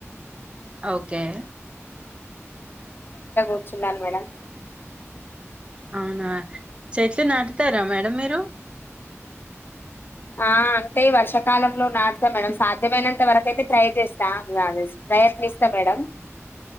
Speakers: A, on the right (about 20°); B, on the left (about 45°).
A: ఓకే
B: కుచున్నాను మేడం
A: అవునా చెట్లు నాటుతారా మేడం మీరు
B: ఆ అంటే ఈ వర్షాకాలంలో నాటుతాం మేడం సాధ్యమైనంత వరకు అయితే ట్రై చేస్తా ప్రయత్నిస్తా మేడ